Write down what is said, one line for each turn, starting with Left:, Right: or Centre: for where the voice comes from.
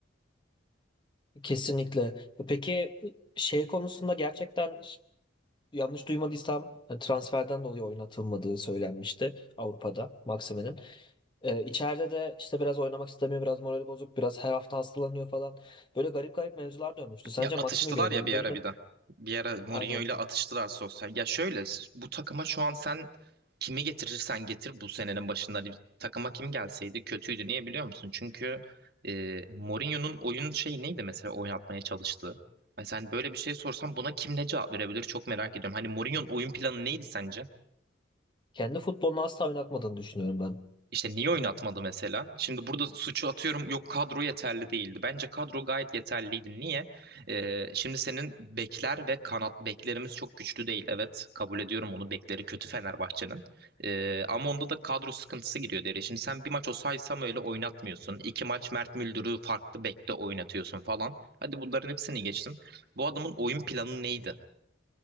Left: Kesinlikle. Peki şey konusunda gerçekten yanlış duymadıysam e, transferden dolayı oynatılmadığı söylenmişti Avrupa'da Maxime'nin. Ee, içeride de işte biraz oynamak istemiyor, biraz morali bozuk, biraz her hafta hastalanıyor falan. Böyle garip garip mevzular dönmüştü. Sence
Right: Ya atıştılar
Left: Maxime gönderilmeli
Right: ya bir ara
Left: mi?
Right: bir de. Bir ara Mourinho
Left: Aynen.
Right: ile atıştılar sosyal. Ya şöyle bu takıma şu an sen kimi getirirsen getir bu senenin başında hani takıma kim gelseydi kötüydü. Niye biliyor musun? Çünkü e, Mourinho'nun oyun şeyi neydi mesela oynatmaya çalıştığı? Hani sen böyle bir şey sorsan buna kim ne cevap verebilir çok merak ediyorum. Hani Mourinho'nun oyun planı neydi sence?
Left: Kendi futbolunu asla oynatmadığını düşünüyorum ben.
Right: İşte niye oynatmadı mesela? Şimdi burada suçu atıyorum yok kadro yeterli değildi. Bence kadro gayet yeterliydi. Niye? Ee, şimdi senin bekler ve kanat beklerimiz çok güçlü değil. Evet kabul ediyorum onu bekleri kötü Fenerbahçe'nin. Ee, ama onda da kadro sıkıntısı giriyor devreye. Şimdi sen bir maç Osay Samuel'i oynatmıyorsun. İki maç Mert Müldür'ü farklı bekte oynatıyorsun falan. Hadi bunların hepsini geçtim. Bu adamın oyun planı neydi?